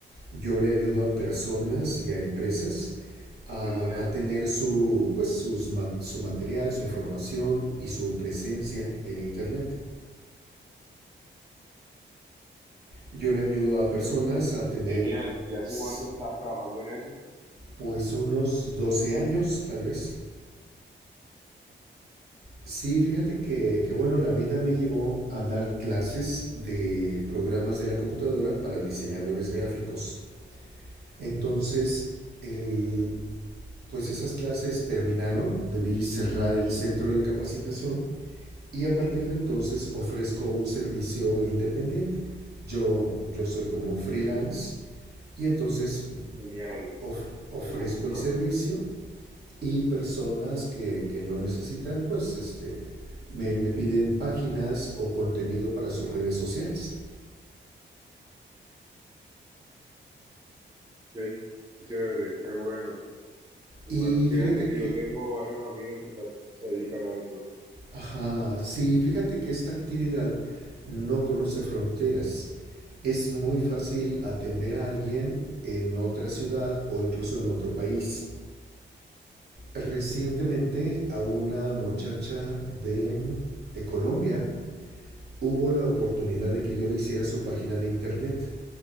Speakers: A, on the right; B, on the right.
A: Yo le ayudo a personas y a empresas a,
B: Genial,
A: a tener su, pues, sus ma- su material, su información y su presencia en Internet. Yo le ayudo a personas a tener,
B: genial. ¿Y hace
A: s-
B: cuánto estás trabajando en eso?
A: pues, unos 12 años, tal vez. Sí, fíjate que, que, bueno, la vida me llevó a dar clases de programas de la computadora para diseñadores gráficos. Entonces, el, pues esas clases terminaron, debí cerrar el centro de capacitación y a partir de entonces ofrezco un servicio independiente. Yo, yo soy como un freelance y entonces
B: Genial,
A: of, ofrezco
B: qué bu-
A: el
B: bueno,
A: servicio y personas que, que lo necesitan, pues este, me, me piden páginas o contenido para sus redes sociales.
B: qué chévere, qué bueno, qué
A: Y
B: bueno. Fíjate
A: fíjate
B: que
A: que
B: yo tengo varios amigos que también se dedican a eso,
A: Ajá, sí, fíjate que esta actividad no conoce fronteras. Es muy fácil atender a alguien en otra ciudad o incluso en otro país. Recientemente a una muchacha de, de Colombia hubo la oportunidad de que yo le hiciera su página de internet.